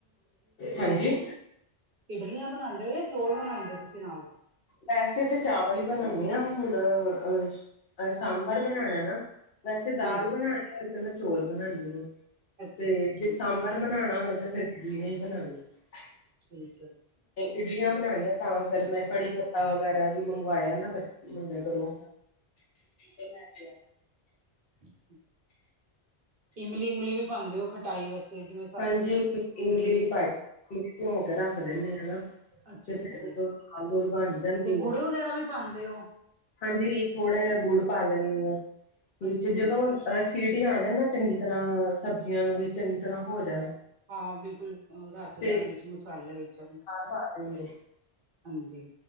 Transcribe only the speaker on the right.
ਇਡਲੀਆਂ ਬਣਾਂਦੇ ਓ ਜਾਂ ਚੋਲ ਬਣਾਂਦੇ ਓ ਤੁਸੀਂ ਨਾਲ।
ਹਾਂਜੀ
ਅੱਛਾ
ਅੱਛਾ ਠੀਕ
ਹੈ
ਠੀਕ ਐ।
ਹਾਂਜੀ ਹਾਂ
<inaudible> ਇਮਲੀ ਉਮਲੀ ਵੀ ਪਾਂਦੇ ਓ ਖਟਾਈ ਵਾਸਤੇ। ਜਿਵੇਂ
ਇਡਲੀ
ਕ
ਅੱਛਾ
ਅੱਛਾ ਜੀ
ਤੇ
ਗੁੜ ਵਗੈਰਾ ਵੀ ਪਾਉਂਦੇ ਹੋ
ਅੱਛਾ
ਜੀ ਅੱਛਾ
ਹਾਂ, ਬਿਲਕੁਲ ਰਚ
ਜਾਣ ਵਿੱਚ ਮਸਾਲੇ ਵਿੱਚ
ਹਾਂਜੀ